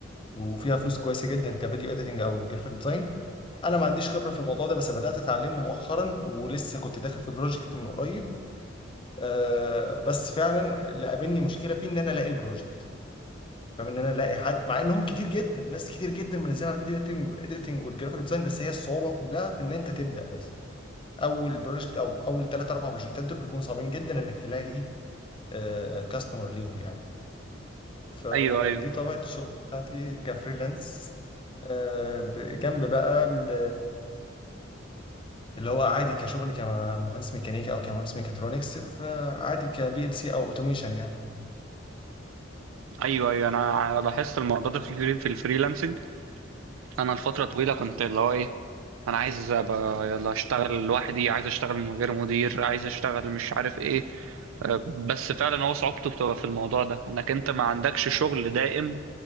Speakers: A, on the left; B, on the right.
A: وفيها فلوس كويسه جدا كفيديو اديتنج او جرافيك ديزاين انا ما عنديش خبره في الموضوع ده بس بدات اتعلمه مؤخرا ولسه كنت داخل في بروجكت من قريب آه بس فعلا اللي قابلني مشكله فيه ان انا الاقي البروجكت فاهم ان انا الاقي حد مع انهم كتير جدا ناس كتير جدا منزلين على الفيديو اديتنج اديتنج والجرافيك ديزاين بس هي الصعوبه كلها في ان انت تبدا بس اول بروجكت او اول ثلاث اربع بروجكتات دول بيكونوا صعبين جدا انك تلاقي آه كاستمر ليهم يعني فدي
B: ايوه ايوه
A: طبيعة الشغل بتاعتي كفريلانس آه، ب- جنب بقى ال- اللي هو عادي كشغل كمهندس ميكانيكا او كمهندس ميكاترونكس فعادي كبي ال سي او اوتوميشن يعني
B: ايوه ايوه انا لاحظت الموضوع ده في الفري في الفريلانسنج انا لفتره طويله كنت اللي هو ايه انا عايز ابقى يلا اشتغل لوحدي عايز اشتغل من غير مدير عايز اشتغل مش عارف ايه أه، بس فعلا هو صعوبته بتبقى في الموضوع ده انك انت ما عندكش شغل دائم